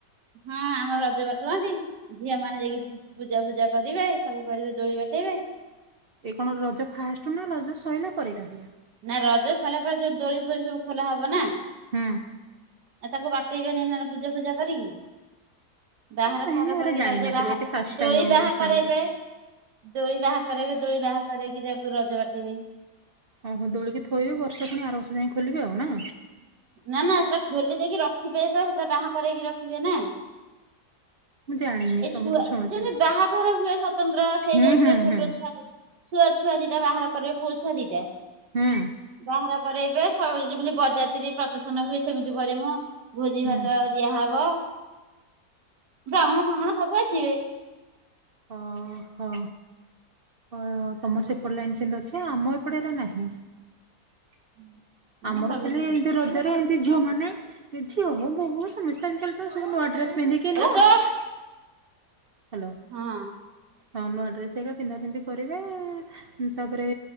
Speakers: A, on the right; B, on the right.
A: ହଁ ଆମର ରଜ ବାଟୁହନ୍ତି। ଝିଅ ମାନେ ଯାଇକି ପୂଜା ଫୂଜା କରିବେ ସବୁ କରିବେ ଦୋଳି ବାଠେଇବେ।
B: ଏ କଣ ରଜ ଫାଷ୍ଟୁ ନା ରଜ ସରିଲା ପରେଟା ହୁଏ?
A: ନା ରଜ ସରିଲା ପରେ ଯୋ ଦୋଳି ଫୋଳି ସବୁ ଖୋଲା ହବ ନା।
B: ହୁଁ
A: ଆ ତାକୁ ବାଟେଇବେନି ନା ପୂଜା ଫୂଜା କରିକି। ବାହାର
B: ନାଇଁ
A: ଫାହାର
B: ମୁଁ
A: କରିକି
B: ଏରା ଜାଣିନଥିଲି
A: ରଜ ବାହା
B: ଏଇଠି ଫାଷ୍ଟ ଟାଇମ୍
A: ଦୋଳି
B: ତମ
A: ବାହା
B: ପାଇଁ ଶୁଣିଲି
A: କରାଇବେ। ଦୋଳି ବାହା କରାଇବେ ଦୋଳି ବାହା କରରେଇକି ଯକୁ ରଜ ବାଟେଇବି <unintelligible>
B: ଓହୋ ଦୋଳିକି ଥୋଇବେ ବର୍ଷେ ପୁଣି ଆର ବର୍ଷ ଯାଇ ଖୋଲିବେ ଆଉ ନା।
A: ନା ନା ସେଟା ଖୋଲି ଦେଇକି ରଖିବେ ତ ସେଟା ବାହା କରେଇକି ରଖିବେ ନା।
B: ମୁଁ ଜାଣିନି
A: ଏ
B: ତମଠୁ
A: ଛୁଆ
B: ଶୁଣୁଛି
A: ଯେମିତି ବାହାଘର ହୁଏ ସ୍ଵତନ୍ତ୍ର ସେଇ
B: ହୁଁ
A: ଟାଇପ
B: ହୁଁ
A: ର ଛୋଟ
B: ହୁଁ
A: ଛୁଆ ଛୁଆଛୁଆ ଦିଟା ବାହାର କରିବେ ପୁଅ ଛୁଆ ଦିଟା।
B: ହୁଁ <inaudible>
A: ବାହାର କରରେଇବେ ସବୁ ଯେମିତି ବରଯାତ୍ରି ପ୍ରଶସନ ହୁଏ ସେମିତି କରିମୁ। ଭୋଜି
B: ହୁଁ
A: ଭାତ ଦିଆହବ ବ୍ରାହ୍ମଣ ଫ୍ରାମଣ ସବୁ ଆସିବେ।
B: ଓ ହୋ ଅ ତମ ସେପଟ ଲାଇନ୍ ସେମତି ଅଛି ଆମ ଏପଟେ ଏରା ନାହିଁ।
A: <inaudible>
B: ଆମର
A: ସବୁ
B: ଖାଲି
A: ସବୁ
B: ଏମିତି ର ରେ ଏମିତି ଝିଅ ମାନେ ଝିଅ ହଉ ବୋହୁ ସମସ୍ତେ ଆଜିକାଲି ତ ସବୁ ନୂଆ ଡ୍ରେସ ପିନ୍ଧି
A: ଏରା
B: <unintelligible>
A: ତ
B: ହ୍ୟାଲୋ
A: ହଁ
B: ହଁ ନୂଆ ଡ୍ରେସ ଏକା ପିନ୍ଧା ପିନ୍ଧି କରିବେ। ହୁ ତାପରେ